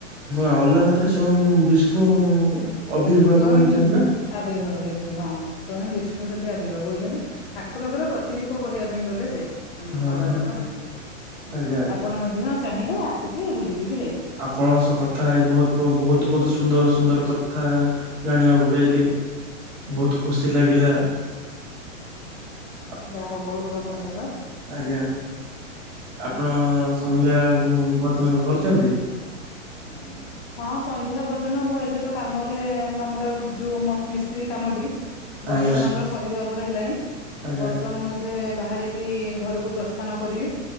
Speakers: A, on the right (about 25°); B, on the left (about 50°).
A: ଅଲନାଥ ରେ ସ୍ଵୟଂ ବିଷ୍ଣୁ ଅବିର୍ଭାବ
B: ସ୍ଵୟଂ
A: ହେଇଛନ୍ତି ନା।
B: ଆବିର୍ଭାବ ହେଇଛନ୍ତି ହଁ ସ୍ଵୟଂ ବିଷ୍ଣୁ ସେଥିି ଆବିର୍ଭବ ହେଇଛନ୍ତି ଠାକୁରଙ୍କର ପ୍ରତି ରୂପ କହିବା ପାଇଁ ଗଲେ ସେ। ଉଁ
A: ହଁ
B: ଅଲରନାଥ
A: ହଁ
B: ମନ୍ଦିର
A: ଆଜ୍ଞା ଆଜ୍ଞା।
B: ଆପଣ ମଧ୍ୟ ଚାହିଁଲେ ଆସିକି ବୁଲିକି ବି ଯାଇ
A: ଆପଣଙ୍କ ସହ କଥା ହେଇ ବହୁତ
B: ଯାଇପାରିବେ
A: ବହୁତ ବହୁତ ସୁନ୍ଦର ସୁନ୍ଦର କ କଥା ଜାଣିବାକୁ ପାଇଲି ବହୁତ ଖୁସି ଲାଗିଲା। ହଁ।
B: ଯାହା ହଉ ବହୁତ ବହୁତ ଧନ୍ୟବାଦ।
A: ଆଜ୍ଞା ଆପଣ ସନ୍ଧ୍ୟା ଭଜନ କରିଛନ୍ତି। <inaudible>
B: ହଁ ସନ୍ଧ୍ୟା ଭୋଜନ ମୁଁ ଏବେ ତ କାମରେ ଆମର ଯୋଉ ମ ମିସ୍ତ୍ରୀ କାମଟି ବର୍ତ୍ତମାନ
A: ଆଜ୍ଞା
B: ଆମର ସରିବା ଉପରେ ହେଲାଣି
A: ଆଜ୍ଞା
B: ବର୍ତ୍ତମାନ ମୁଁ ଏବେ ବାହାରିକି ଘରକୁ ପ୍ରସ୍ଥାନ କରିବି।